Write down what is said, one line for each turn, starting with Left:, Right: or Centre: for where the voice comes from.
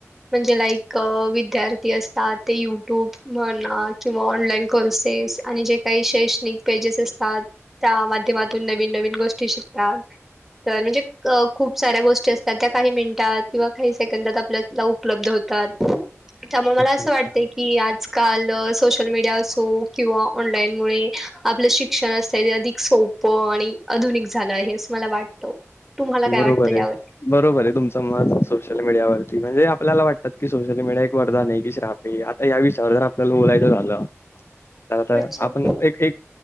Centre: म्हणजे लाईक विद्यार्थी अस. ता ते युट्यूब म्हणा किंवा ऑनलाईन कोर्सेस. आणि जे काही शैक्षणिक पेजेस असतात त्या माध्यमातून नवीन नवीन गोष्टी शिकतात. तर म्हणजे क खूप साऱ्या गोष्टी असतात त्या काही मिनिटात किंवा काही सेकंदात आपल्याला उपलब्ध होत. तात त्यामुळे मला
Left: अच्छा
Centre: असं
Left: अच्छा.
Centre: वाटत की, आजकाल सोशल मीडिया असो किंवा! ऑनलाईन मुळे आपलं शिक्षण असत ते अधिक सोपं आणि आधुनिक झालं आहे अस मला वाटतो तुम्हाला काय
Left: बरोबर
Centre: वाटतं यावर?
Left: आहे. बरोबर आहे तुमचं मत सोशल मीडियावरती म्हणजे आपल्याला वाटतात की सोशल मीडिया एक वरदान आहे की श्राप आहे या विषयावर जर आपल्याला बोलायचं झालं तर आता
Centre: अच्छा
Left: आपण एक एक